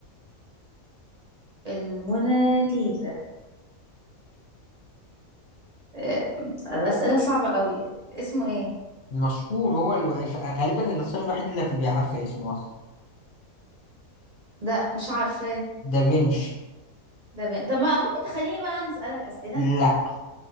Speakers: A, on the right (about 45°); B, on the left (about 45°).
A: الموناليزا آه، الأسئلة صعبة قوي اسمه ايه
B: مشهور هو الو... غالبا الرسام الوحيد اللي هتبقى عارفة اسمه أصلا
A: ده مش عارفة
B: دافنشي
A: ده ب... طب ما ممكن تخليني بقى أنا أسألك أسئلة
B: لا